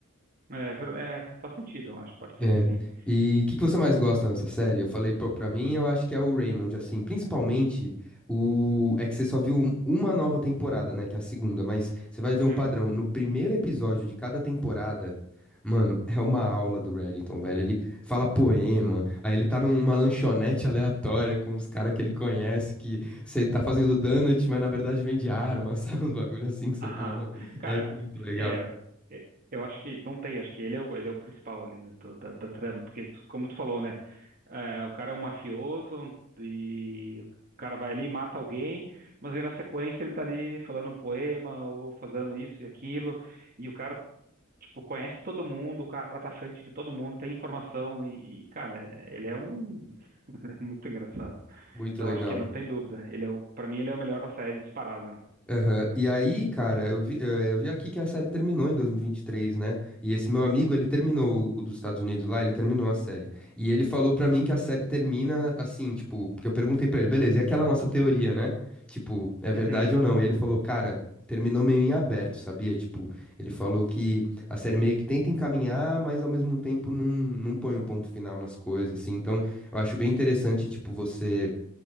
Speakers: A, on the right; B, in the centre.
A: É, ver- é, faz sentido, eu acho. Pode
B: É.
A: ser que sim.
B: E o que que você mais gosta nessa série? Eu falei, pô, pra mim, eu acho que é o Raymond, assim, principalmente o... É que você só viu um- uma nova temporada, né, que é a segunda, mas você vai ver um
A: Uhum.
B: padrão. No primeiro episódio de cada temporada, mano, é uma aula do Reddington, velho. Ele fala poema, aí ele tá numa lanchonete aleatória com os caras que ele conhece, que você tá fazendo donut, mas na verdade vende arma, <laughs> sabe? Uns bagulho assim que você
A: Aham.
B: fala, mano,
A: Cara,
B: é muito legal.
A: é, é, eu acho que não tem. Acho que ele é o, ele é o principal ali, né, do- da, da trama. Porque, como tu falou, né? É, o cara é um mafioso e o cara vai ali, mata alguém, mas aí na sequência ele tá ali falando um poema ou fazendo isso e aquilo, e o cara, tipo, conhece todo mundo, o cara tá à frente de todo mundo, tem informação e, e, cara, é- ele é um... <laughs> ele é muito engraçado.
B: Muito
A: Então
B: legal.
A: acho que não tem dúvida, ele é o... pra mim ele é o melhor da série disparado, né?
B: Aham. E aí, cara, eu vi, eh, eu vi aqui que a série terminou em 2023, né? E esse meu amigo, ele terminou o o dos Estados Unidos lá, ele terminou a série. E ele falou pra mim que a série termina assim, tipo, porque eu perguntei pra ele, beleza, e aquela nossa teoria, né? Tipo, é verdade
A: Uhum,
B: ou não? E ele falou, cara, terminou meio em aberto, sabia? Tipo, ele falou que a série meio que tenta encaminhar, mas ao mesmo tempo não, não põe um ponto final nas coisas, assim. Então, eu acho bem interessante, tipo, você